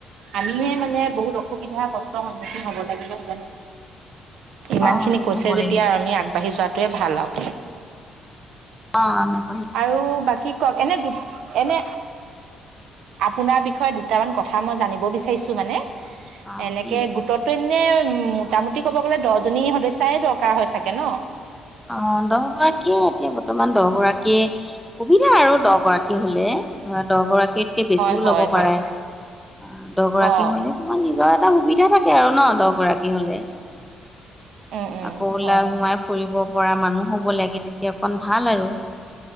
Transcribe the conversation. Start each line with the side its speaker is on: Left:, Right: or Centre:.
Right: আমিে মানে বহুত অসুবিধা কষ্টৰ সন্মুখীন হ'ব লাগিব সেইকাৰণে ইমান
Centre: সন্মুখীন
Right: খিনি কৈছে
Centre: হব
Right: যেতিয়া
Centre: লাগিব
Right: আমি আগবাঢ়ি যোৱাতোৱে ভাল আৰু।
Centre: অ', অ'।
Right: আৰু বাকী কওক এনে গো এনে আপোনাৰ বিষয়ে দুটামান কথা মই জানিব বিচাৰিছোঁ মানে।
Centre: অ
Right: এনেকে
Centre: কি
Right: গো টত এনে মোটামুটি ক'ব গ'লে দহজনী সদস্যাই দৰকাৰ হয় চাগে ন?
Centre: অ', দহ গৰাকীয়ে এতিয়া বৰ্তমান দহ গৰাকীয়ে সুবিধা আৰু দহগৰাকী হলে ধৰা দহগৰাকী বেছিও
Right: হয় হয়
Centre: ল'ব
Right: হয়
Centre: পাৰে অ', দহ গৰাকী
Right: অ
Centre: হলে তোমাৰ নিজৰ এটা সুবিধা থাকে আৰু ন দহ গৰাকী হলে।
Right: উম উম
Centre: আকৌ ওলাই
Right: হয় হয়
Centre: সোমাই ফুৰিব পৰা মানুহ হ'ব লাগে তেতিয়া অকন ভাল আৰু।